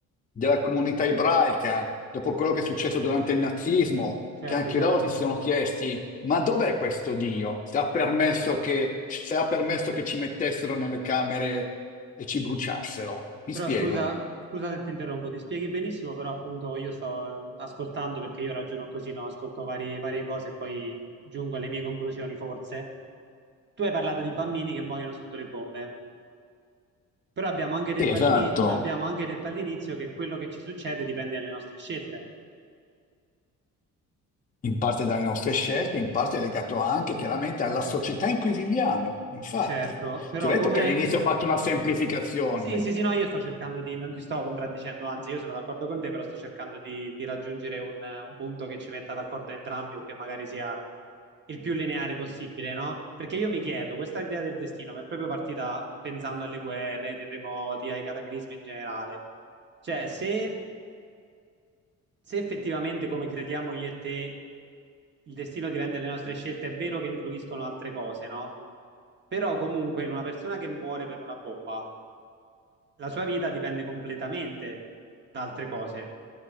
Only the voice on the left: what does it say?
della comunità ebraica, dopo quello che è successo durante il nazismo,
che anche
loro si sono chiesti, ma dov'è questo Dio? Se ha permesso che, se ha permesso che ci mettessero nelle camere e ci bruciassero? Mi
spiego.
Sì, esatto.
in parte dalle nostre scelte, in parte è legato anche chiaramente alla società in cui viviamo. Infatti,
ti ho detto
che all'inizio ho fatto una semplificazione.